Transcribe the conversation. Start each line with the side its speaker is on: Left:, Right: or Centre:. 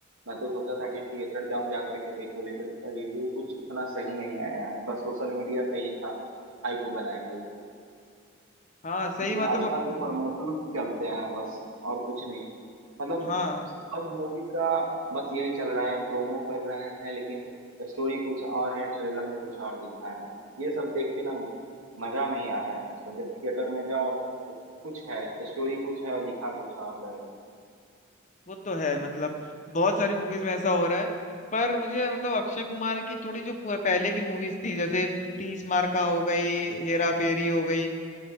Right: मैं तो सोचा था कि थिएटर जाऊं जा करके देखूं लेकिन रिव्यू कुछ इतना सही नहीं आया है बस सोशल मीडिया पे ही था हाइप बनाए हुए
Left: हाँ सही
Right: लेकिन
Left: मतलब
Right: आजकल
Left: म-
Right: तो प्रमोशंस
Left: म-
Right: चलते हैं बस और कुछ नहीं मतलब
Left: हाँ
Right: सब मूवी का बस यही चल रहा है प्रोमो कर रहे हैं लेकिन स्टोरी कुछ और है ट्रेलर में कुछ और दिखा रहे हैं ये सब देख के ना मजा नहीं आ रहा है आजकल जब थिएटर में जाओ तो कुछ है स्टोरी कुछ है दिखा कुछ और रहे थे
Left: वो तो है मतलब बहुत सारी मूवीज में ऐसा हो रहा है पर मुझे मतलब अक्षय कुमार की थोड़ी जो पु- पहले की मूवीज थी जैसे तीस मार का हो गई हेरा फेरी हो गई